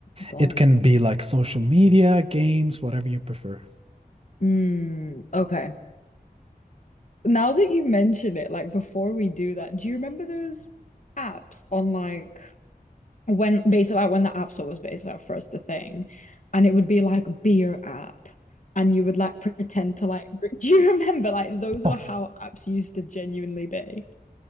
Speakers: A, on the left (about 50°); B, on the right (about 40°).
A: God.
B: It can be like social media, games, whatever you prefer.
A: Mm, okay. Now that you mention it, like before we do that, do you remember those apps on like when basically like when the App Store was basically like first the thing, and it would be like beer app, and you would like pretend to like. drink- <laughs> Do you remember like those
B: Huh.
A: were how apps used to genuinely be?